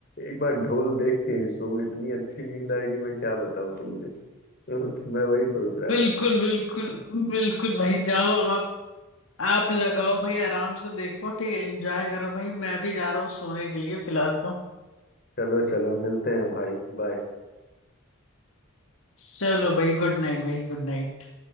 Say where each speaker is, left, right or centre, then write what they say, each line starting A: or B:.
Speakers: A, on the left; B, on the left.
A: एक बार ढोल देख के ही सो इतनी अच्छी नींद आएगी मैं क्या बताऊँ तुमसे <laughs> मैं वही सोच रहा
B: बिल्कुल
A: था
B: बिल्कुल बिल्कुल भाई जाओ आप आप लगाओ भाई आराम से देखो ठीक है एंजॉय करो भाई मैं भी जा रहा हूँ सोने के लिए फिलहाल तो
A: चलो चलो मिलते हैं भाई बाय
B: चलो भाई गुड नाइट भाई गुड नाइट